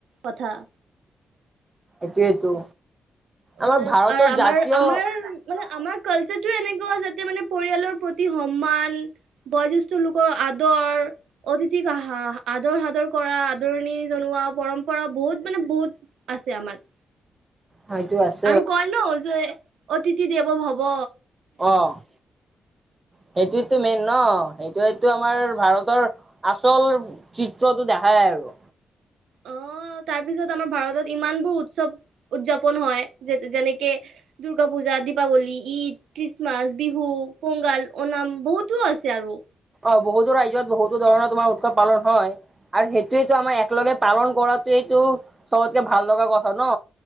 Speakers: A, on the right (about 80°); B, on the right (about 30°).
A: কথা।
B: এইটোয়েটো,
A: আৰু
B: আমাৰ ভাৰতৰ
A: আমাৰ
B: জাতীয়
A: আমাৰ মানে আমাৰ কালচাৰটো এনেকুৱা যাতে মানে পৰিয়ালৰ প্ৰতি সন্মান বয়োজ্যেষ্ঠ লোকৰ আদৰ। অতিথিক হা আদৰ সাদৰ কৰা আদৰণি জনোৱা পৰম্পৰা বহুত মানে বহুত আছে আমাৰ।
B: হয়টো আছ
A: আৰু কয় ন যে অতিথি দেৱ ভব।
B: অ', সেইটোতো মেইন ন সেই এ এইটো আমাৰ ভাৰতৰ আচল চিত্ৰটো দেখাই আৰু।
A: অ', তাৰপিছত আমাৰ ভাৰতত ইমানবোৰ উৎসৱ উদৰ্যাপন হয় যে যেনেকে দুৰ্গা পূজা, দীপাৱলী, ঈদ। খ্ৰীষ্টমাচ, বিহু, পোংগাল, অনাম বহুতো আছে আৰু।
B: অ বহুতো ৰাজ্যত বহুতো ধৰণৰ তোমাৰ উৎসৱ পালন হয়। আৰু সেইটোৱেইটো আমাৰ একেলগে পালন কৰাটোৱেইটো চবতকে ভাল লগা কথা ন?